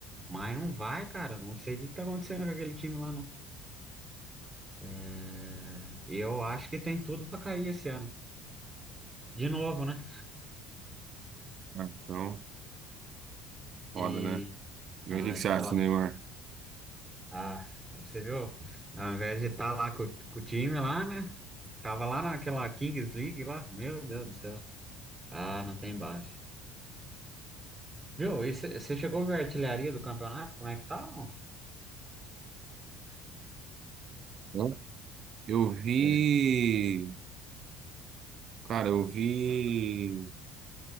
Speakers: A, on the right (about 15°); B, on the right (about 40°).
A: Mas não vai, cara. Não sei o que que tá acontecendo com aquele time lá, não. É, Eu acho que tem tudo pra cair esse ano. De novo, né?
B: Ah, Então, foda,
A: E.
B: né? Mas
A: Ah,
B: o que que
A: é
B: você
A: foda.
B: acha, Neymar?
A: Ah, você viu? Ao invés de estar lá com, com o time lá, né? Tava lá naquela Kings League lá. Meu Deus do céu. Ah, não tem base. Viu? E você chegou a ver a artilharia do campeonato? Como é que tá? não?
B: Hã? Eu vi,
A: É.
B: cara, eu vi,